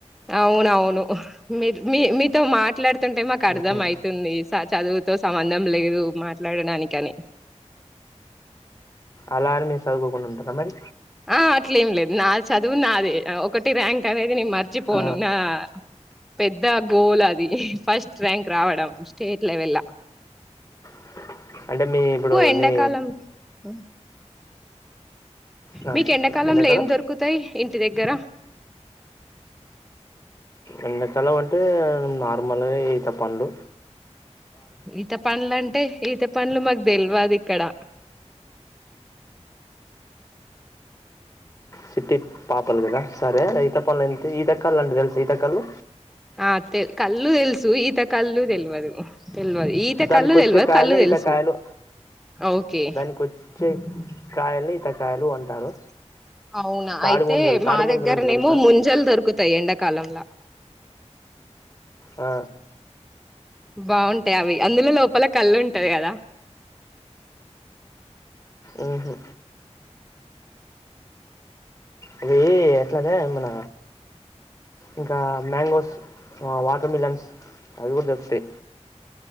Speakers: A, in the centre; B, on the left (about 30°).
A: అవునవును మీ మీ మీతో మాట్లాడుతుంటే మాకు అర్థం
B: ఉమ్.
A: అయితుంది చదువు వుతో సంబంధం లేదు మాట్లాడడానికి అని
B: అలానీ మీరు చదువుకో కుండా ఉంటారా మరి
A: ఆ అట్లే ఏం లేదు నా చదువు నాది ఒకటి ర్యాంక్ అనేది నేను మర్చిపోను
B: ఆ,
A: నా పెద్ద గోల్ అది ఫస్ట్ ర్యాంక్ రావడం స్టేట్ లెవెల
B: అ అంటే మీ ఇప్పుడు
A: ఎండాకాలం
B: నీ
A: హ్మ్.
B: ఆ,
A: మీకు ఎండాకాలంలో
B: ఎండాకాలం
A: ఏం దొరుకుతాయి ఇంటి దగ్గర
B: ఎండకాలం అంటే నార్మల్ గా ఈత పంలు
A: ఈత పండ్లు అంటే ఈత పండ్లు మాకు తెలివది క్కడ
B: సిట్టి పాపల్ కద సరే ఈతపల్ ఎంత ఈత కల్ అండి తెలుస ఈత కలు
A: ఆ తె కళ్ళు తెలుసు ఈత కళ్ళు తెలియదు తెలివదు ఈత
B: దానికి
A: కళ్ళు
B: వచ్చే
A: తెలియదు
B: కాయలే
A: కళ్ళు తెలుసు
B: ఈతకాయలు
A: ఓకే
B: దానికి వచ్చే కాయలన్నీ ఇతకాయలు అంటారు
A: అవునా
B: తాడి
A: అయితే
B: ముంజలు తాడి
A: మా
B: ముంజలు
A: దగ్గరనేమో
B: అంటే తెలుసా
A: ముంజలు దొరుకుతాయి ఎండా కాలంలా
B: ఆ
A: బాగుంటాయి అవి అందులో లోపల కళ్ళు ఉంటది కదా
B: ఉమ్ హు అవీ ఎట్లాంటే మన ఇంకా మ్యాంగోస్ వాటర్ మిలన్స్ అవి కూడా దోరుకుతాయి